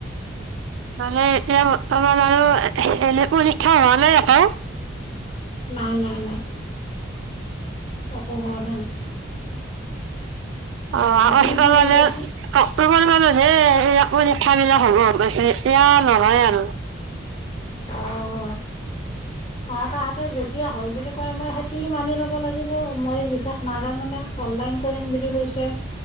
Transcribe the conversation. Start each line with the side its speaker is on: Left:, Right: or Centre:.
Right: মানে এতিয়া বৰ্তমান এনে পৰীক্ষা হোৱা নাই আকৌ
Left: নাই নাই নাই একো হোৱা নাই <inaudible> অ'
Right: অহ
Left: আপুনি
Right: আগষ্ট
Left: কি
Right: মানে
Left: কৰি আছে
Right: অক্টোবৰত মানত হে এইবিলাক পৰীক্ষা পৰীক্ষা বিলাক হব পাইছে এতিয়া নহয় আৰু
Left: অহ অ তাহাঁতে যেতিয়া এতিয়া হয় বুলি কয় মই সেইটোয়ে মানি ল লাগিব মই বিশেষ নাজানো না অনলাইন কৰিম বুলি কৈছে